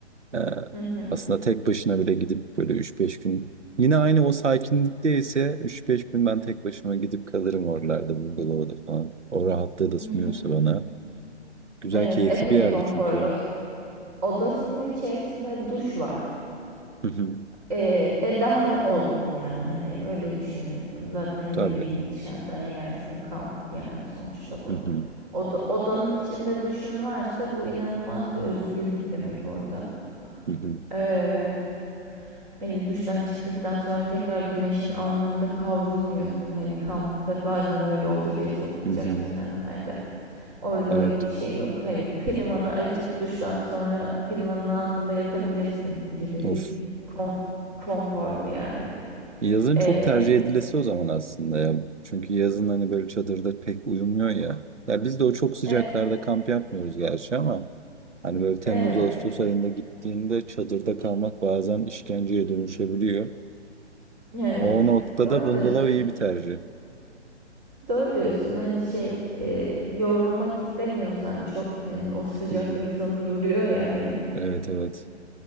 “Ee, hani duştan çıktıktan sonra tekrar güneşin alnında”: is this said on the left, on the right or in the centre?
Right